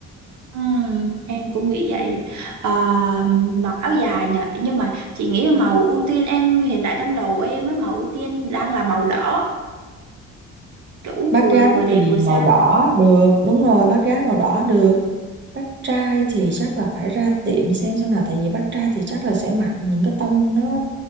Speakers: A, on the right; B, on the right.
A: Ừ, em cũng nghĩ vậy à, mặc áo dài nhờ nhưng mà chị nghĩ là màu ưu tiên em hiện tại trong đầu em á màu ưu tiên đang là màu đỏ kiểu
B: bác
A: vừa
B: gái
A: vừa đẹp
B: thì
A: vừa sang
B: màu đỏ được đúng rồi bác gái màu đỏ
A: ừ.
B: được bác trai thì chắc là phải ra tiệm xem xem nào tại vì bác trai thì chắc là sẽ mặc những cái tông nó